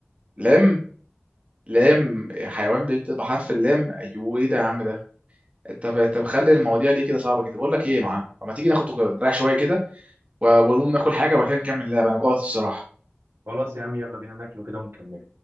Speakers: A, on the right; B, on the right.
A: لم لم حيوان بيبدأ بحرف اللام ايوه ايه ده يا عم ده طب طب خلي المواضيع ليه كده صعبه كده بقول لك ايه يا معلم طب ما تيجي ناخد نريح شويه كده و- ونقوم ناكل حاجه وبعد كده نكمل اللعبه انا جوعت الصراحه
B: خلاص يا عم يلا بينا ناكله كده ونكمل